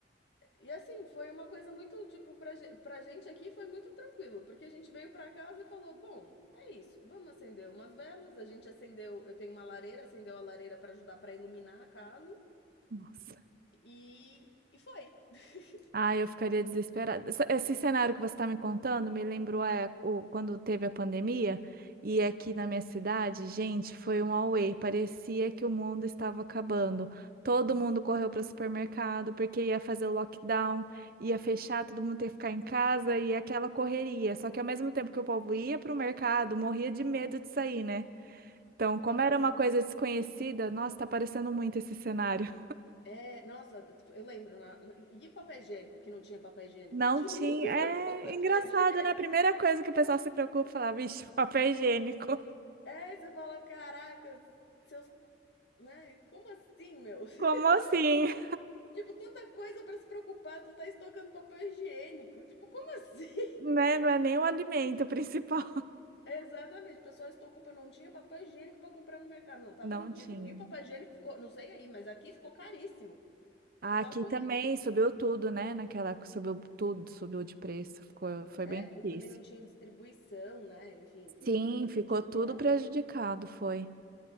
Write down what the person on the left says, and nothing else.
E assim, foi uma coisa muito, tipo, pra, ge- pra gente aqui foi muito tranquilo, porque a gente veio pra casa e falou: bom, é isso, vamos acender umas velas. A gente acendeu, eu tenho uma lareira, acendeu a lareira pra ajudar pra iluminar a casa.
E, e foi. <laughs>
Aham.
É, nossa, eu lembro. na- e papel higiênico, que não tinha papel higiênico,
que todo
mundo <laughs> estocou
papel
higiênico.
É, você fala: caracas, seus. Né? Como assim, meu? <laughs>
Tipo, tanta coisa pra se preocupar, tu tá estocando papel higiênico. Tipo, como assim? <laughs>
Exatamente, o pessoal estocou pra não tinha papel higiênico pra comprar no mercado. Não, tava
ridículo.
E o papel higiênico ficou, não sei aí, mas aqui ficou caríssimo.
Você fala,
como
aí?
É,
porque
também não tinha distribuição, né? Enfim, foi,
foi bastante
complicado.